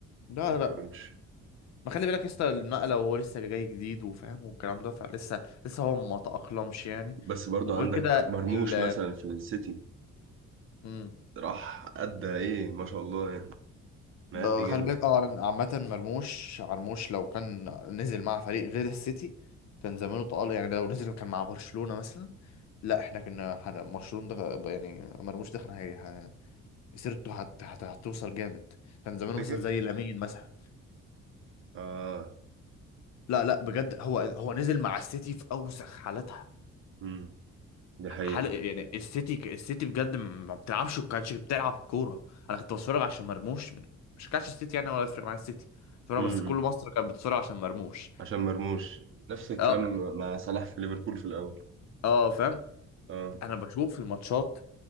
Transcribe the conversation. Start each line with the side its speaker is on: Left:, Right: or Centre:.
Left: لا
Right: ما يتقارنش
Left: لا ما خلي بالك لسه النقلة وهو لسه جاي جديد وفاهم والكلام ده فلسه لسه هو ما تأقلمش يعني
Right: بس برضو
Left: وغير
Right: عندك
Left: كده
Right: مرموش
Left: ال
Right: مثلا في السيتي
Left: مم.
Right: راح أدى إيه ما شاء الله يعني مأدي
Left: ده
Right: جامد
Left: خلي بالك اه أنا عامة مرموش مرموش لو كان نزل مع فريق غير السيتي كان زمانه طال يعني لو نزل كان مع برشلونة مثلا لا احنا كنا هن- برشلونة ده يعني مرموش ده كان هي- ه- سيرته هت- هت- هتوصل جامد كان زمانه
Right: فاكر؟
Left: مثلا زي لامين مثلا
Right: آه
Left: لا لا بجد هو هو نزل مع السيتي في اوسخ حالاتها
Right: امم دي حقيقة
Left: حال يعني السيتي السيتي بجد ما بتلعبش وكانتش بتلعب كورة انا كنت بتفرج عشان مرموش مش كانش السيتي يعني ولا يفرق مع السيتي بتفرج
Right: امم
Left: بس كل مصر كانت بتتفرج عشان مرموش
Right: عشان مرموش نفس الكلام
Left: اه
Right: مع صلاح في ليفربول في الاول
Left: اه فاهم
Right: اه
Left: انا بشوف في الماتشات